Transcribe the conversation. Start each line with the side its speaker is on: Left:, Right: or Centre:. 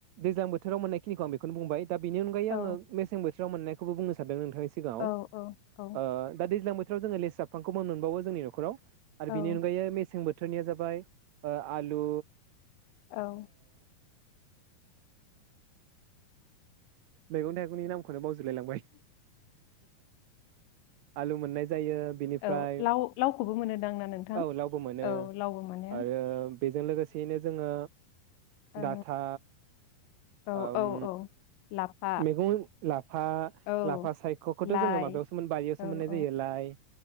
Right: दैज्लां बोथोराव मोननायखिनिखौ आं बेखौनो बुंबाय दा बि अनगायै
Left: औ
Right: आङो मेसें बो बोथोराव मोननायखौबो बुंनो सानदों नों थांनि सिगांआव
Left: औ औ औ
Right: ओ दा दैज्लां बो सिगाङाव जोङो लेस्रा बिफांखौबो मोनबावो जोंनि न'खराव आरो
Left: औ
Right: बिनि अनगायै मेसें बो थोरनिया जाबाय आलु
Left: औ
Right: मैगं-थाइगंनि नामखौनो बाव जोलाय लांबाय। आलु मोननाय जायो बिनिफ्राय
Left: औ लाव लावखौबो मोनोदां ना नोंथां
Right: औ लावबो मोनो
Left: औ लावबो मोनो।
Right: आरो बेजों लोगोसेयैनो जोङो
Left: ओ
Right: दाथा
Left: औ
Right: ओम
Left: औ औ लाफा
Right: मेगं लाफा
Left: औ
Right: लाफा सायखखौथ
Left: लाइ
Right: जोङो माबायावसो मोन बारियावसो
Left: औ
Right: मोननाय
Left: औ
Right: जायो लाय